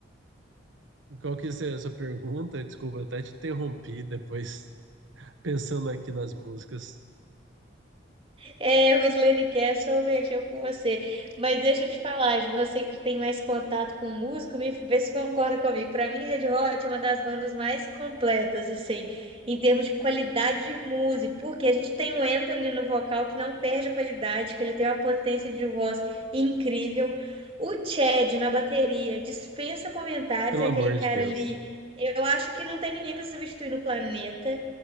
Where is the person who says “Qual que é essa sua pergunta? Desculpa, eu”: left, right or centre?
Right